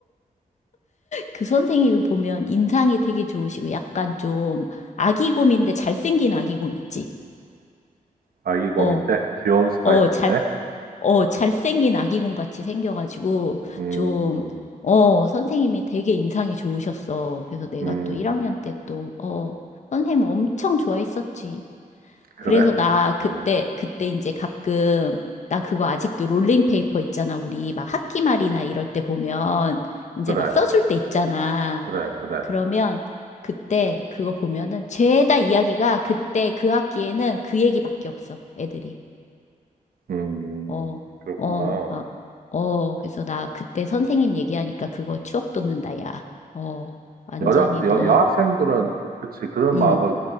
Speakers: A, on the left; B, on the right.
A: 그 선생님을 보면 인상이 되게 좋으시고 약간 좀 아기곰인데 잘생긴 아기곰 있지?
B: 아기 곰인데
A: 어,
B: 귀여운 스타일이시네.
A: 어, 잘, 어, 잘생긴 아기곰 같이 생겨가지고
B: 음,
A: 좀, 어, 선생님이 되게 인상이 좋으셨어. 그래서 내가
B: 음,
A: 또 1학년 때 또, 어, 선생님 엄청 좋아했었지.
B: 그래?
A: 그래서 나 그때,
B: 음,
A: 그때 이제 가끔 나 그거 아직도 롤링페이퍼 있잖아. 우리 막 학기 말이나 이럴 때 보면 이제
B: 그래,
A: 막 써줄 때 있잖아.
B: 그래, 그래.
A: 그러면 그때 그거 보면은 죄다 이야기가 그때 그 학기에는 그 얘기밖에 없어. 애들이.
B: 음,
A: 어,
B: 그렇구나.
A: 어, 막, 어. 그래서 나 그때 선생님 얘기하니까 그거 추억 돋는다, 야. 어, 완전히
B: 여자, 여,
A: 너,
B: 여학생들은, 그치, 그런
A: 응,
B: 마음을